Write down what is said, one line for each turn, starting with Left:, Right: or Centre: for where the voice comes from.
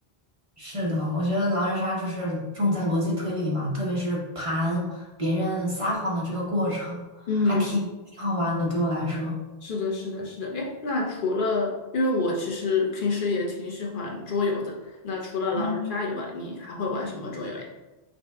Right: 是的，我觉得狼人杀就是重在逻辑推理嘛，特别是盘别人撒谎的这个过程，
Left: 嗯，
Right: 还挺挺好玩的。对我来说，
Left: 是的，是的，是的。哎，那除了因为我其实平时也挺喜欢桌游的，那除了狼人杀以外，
Right: 嗯
Left: 你还会玩什么桌游呀？